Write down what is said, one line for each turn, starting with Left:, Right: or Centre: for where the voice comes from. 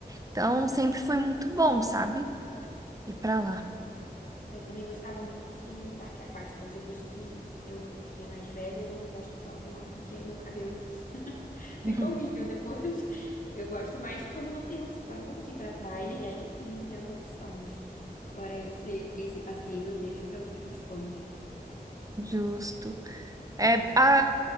Right: Então, sempre foi muito bom, sabe? Ir pra lá.
Left: Eu também gostava muito de parque aquático, mas depois que eu fiquei mais velha, eu não gosto tanto não, porque meu cabelo <laughs>
Right: Uhum.
Left: fica horrível depois. Eu gosto mais quando não tem opção de ir pra praia, e aí sim é uma opção, mas fora isso, e- esse passeio eu deixo para últimos planos.
Right: Justo. É, ah,
Left: Mas